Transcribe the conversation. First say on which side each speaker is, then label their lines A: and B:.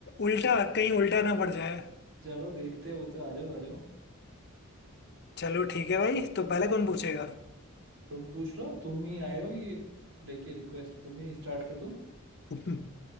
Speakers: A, on the left; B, on the right.
A: उल्टा कहीं उल्टा ना पड़ जाए
B: चलो देखते हैं वो तो आ जाओ आ जाओ
A: चलो ठीक है भाई तो पहले कौन पूछेगा
B: तुम पूछ लो तुम ही आए हो ये लेके रिक्वेस्ट तुम ही स्टार्ट कर दो
A: <laughs>